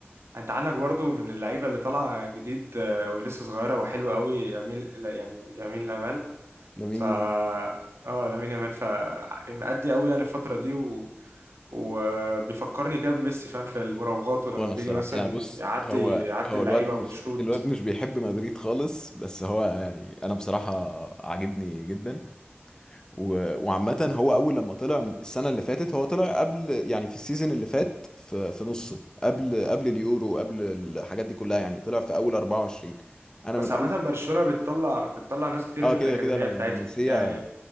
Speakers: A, on the right; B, on the left.
A: انت عندك برضو من اللعيبة اللي طالعة جديد آه، ولسه صغيرة وحلوة قوي يمين يعني يمين لمال
B: لمين
A: ف اه لامين يامال ف مأدي قوي يعني الفترة دي و... وبيفكرني كده بميسي فاهم في المراوغات ولما
B: وانا
A: بيجي
B: الصراحة
A: مثلا
B: يعني بص
A: يعدي
B: هو
A: يعدي
B: هو
A: اللعيبة
B: الواد مش
A: ويشوط
B: الواد مش بيحب مدريد خالص بس هو يعني انا بصراحة عاجبني جدا و- وعامة هو أول لما طلع السنة اللي فاتت هو طلع قبل يعني في السيزون اللي فات في في نصه قبل قبل اليورو قبل الحاجات دي كلها يعني طلع في أول 24 أنا
A: بس
B: من أول
A: عامة برشلونة بتطلع بتطلع ناس كتير
B: اه
A: من
B: كده
A: الأكاديمية
B: كده لم-
A: بتاعتها
B: لمسيه
A: يعني